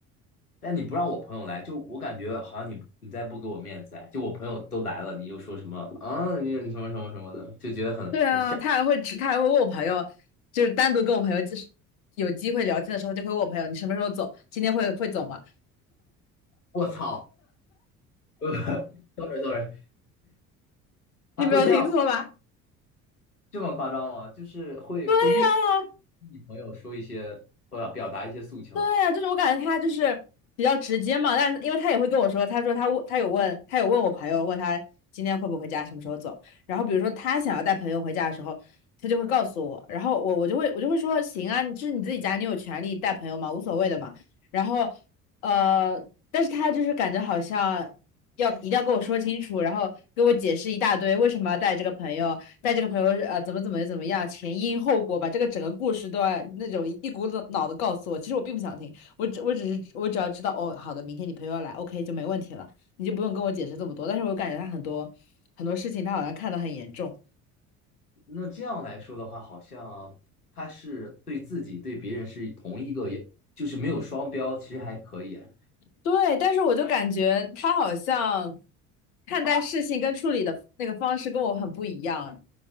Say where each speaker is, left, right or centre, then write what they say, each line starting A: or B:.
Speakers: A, on the left; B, on the left.
A: 但你不让我朋友来，就我感觉好像你你再不给我面子哎，就我朋友都来了，你又说什么啊，你什么什么什么的，就觉得很很吓。
B: 对啊，他还会只他还会问我朋友，就是单独跟我朋友就是有机会聊天的时候，他就会问我朋友，你什么时候走？今天会会走吗？
A: 我操 <laughs>，sorry sorry，还会这样吗
B: 你没有听错吧？<laughs>
A: 这么夸张吗？就是会会越跟
B: 啊！
A: 你朋友说一些，或者表达一些诉求。
B: 对呀，就是我感觉他就是比较直接嘛，但是因为他也会跟我说，他说他问他有问他有问我朋友，问他今天会不会回家，什么时候走。然后比如说他想要带朋友回家的时候，他就会告诉我，然后我我就会我就会说行啊，你这是你自己家，你有权利带朋友嘛，无所谓的嘛。然后呃，但是他就是感觉好像要一定要跟我说清楚，然后给我解释一大堆为什么要带这个朋友，带这个朋友呃怎么怎么怎么样，前因后果，把这个整个故事都要那种一股脑脑的告诉我。其实我并不想听，我只我只是我只要知道哦，好的，明天你朋友要来，OK 就没问题了，你就不用跟我解释这么多。但是我感觉他很多很多事情，他好像看得很严重。
A: 那这样来说的话，好像他是对自己对别人是同一个，就是没有双标，其实还可以啊。
B: 对，但是我就感觉他好像看待事情跟处理的那个方式跟我很不一样。